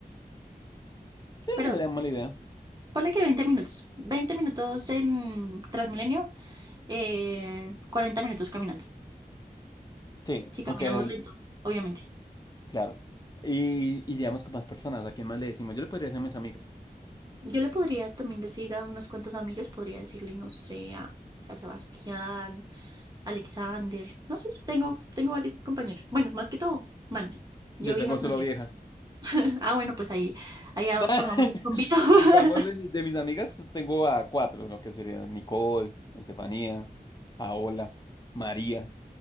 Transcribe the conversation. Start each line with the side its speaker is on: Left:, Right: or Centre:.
Left: Sí,
Right: Pero
Left: no sería mala idea.
Right: ponle que 20 minutos. veinte minutos en Transmilenio, eh, 40 minutos caminando.
Left: Sí,
Right: Si caminamos
Left: aunque,
Right: lento, obviamente.
Left: claro. Y iríamos con más personas. ¿A quién más le decimos? Yo le podría decir a mis amigas.
Right: Yo le podría también decir a unos cuantos amigos, podría decirle, no sé, a, a Sebastián Alexander, no sé, tengo, tengo varios compañeros. Bueno, más que todo, manes. Yo
Left: Yo
Right: viejas
Left: tengo solo
Right: no llego.
Left: viejas.
Right: <laughs> Ah, bueno, pues ahí, ahí ah,
Left: <laughs>
Right: formamos el convito. <laughs>
Left: Digamos, de, mi- de mis amigas tengo a cuatro, lo que serían Nicole, Estefanía, Paola, María,